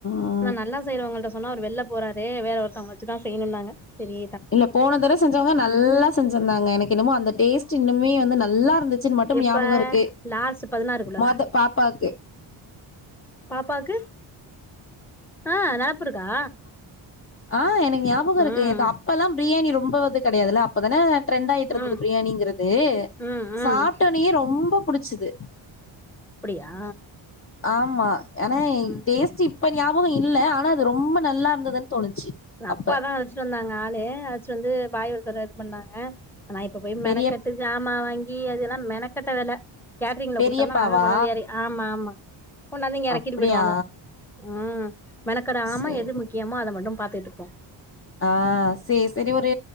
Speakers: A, on the left; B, in the centre.
A: ஆ
B: நா நல்லா செய்றங்கவள்ட்ட சொன்னா அவுரு வெள்ல போறாரு வேற ஒருத்தவங்கள வச்சிதா செய்யணுன்னாங்க சேரி
A: இல்ல போன தடவ செஞ்சவங்க நல்லா செஞ்சிருந்தாங்க எனக்கு என்னமோ அந்த டேஸ்ட்டு இன்னுமே வந்து நல்லாருந்து கிச்சன் மட்டும்
B: எப்ப
A: ஞாபகோ இருக்கு
B: லாஸ்ட் பதினாறுக்குள்ளதா
A: மொத பாப்பாக்கு
B: பாப்பாக்கு ஆ நா உப்பிருக்கா
A: ஆ எனக்கு ஞாபகோருக்கு
B: ம்
A: எனக்கு அப்பல்லா பிரியாணி ரொம்போ இது கெடையாதில்ல அப்பதான ட்ரெண்ட்டு ஆயிட்டு இருக்கு
B: ம்
A: பிரியாணிங்கிறது
B: ம் ம்
A: சாப்ட்டொன்னயே ரொம்ப புடிச்சிச்சுது
B: அப்டியா
A: ஆமா ஆனா
B: ம்
A: டேஸ்ட்டு இப்ப ஞாபகோ இல்ல ஆனா அது ரொம்ப நல்லா இருந்துன்னு தோணுச்சு
B: னா
A: அப்ப
B: அப்பாதா அழச்சிட்டு வந்தாங்க ஆளு அழச்சிட்டு வந்து பாய் ஒருத்தரு இது பண்ணாங்க ஆனா இப்ப போய்
A: பெரிய
B: மெனகெட்டு ஜாமான் வாங்கி அது எல்லா மெனக்கெட்ட வேல கேட்டரிங்ல
A: பெரியப்பாவா
B: குடுத்தம்னா கொண்டாந்து எற ஆமா ஆமா கொண்டாந்து இங்க எறக்கிட்டு
A: அப்படியா
B: போயிடுவானுவோ ம் மெனக்கெட ஆமா
A: சேரி
B: எது முக்கியமோ அத மட்டு பாத்துகிட்டுருப்போ
A: ஆ சேர் செரி ஒரு